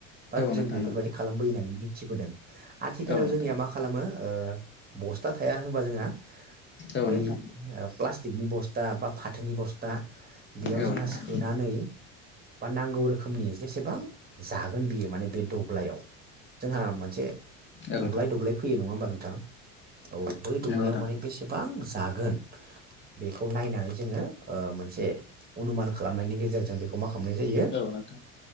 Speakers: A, on the right (about 25°); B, on the left (about 30°).
A: बा
B: औ
A: जों
B: नोंथां
A: बेफोरबायदि
B: नंगौ
A: खालामबोयो होननानै <unintelligible> मिथिबोदों। आथिखालाव
B: औ
A: जोंनिया
B: नोंथां
A: मा खालामो बस्था थाया होनबा जोंहा
B: औ
A: बै
B: नोंथां
A: ओ प्लास्टिकनि बस्था बा फाथोनि बस्था बेयाव
B: औ
A: जोंहा
B: नोंथां
A: सोनानै बा नांगौ रोखोमनि जेसेबां जागोन बियो माने बे दब्लायाव जोंहा मोनसे
B: औ
A: दब्लाय
B: नोंथां
A: दब्लाय फैयो नङा होमबा? नोंथां औ बै दब्लायाव
B: नंगौ नोंथां
A: माने बेसेबां जागोन बेखौ नायनानै जोङो ओ मोनसे अनुमान खालामनायनि गेजेरजों बेखौ मा खमनाय जायो
B: औ नोंथां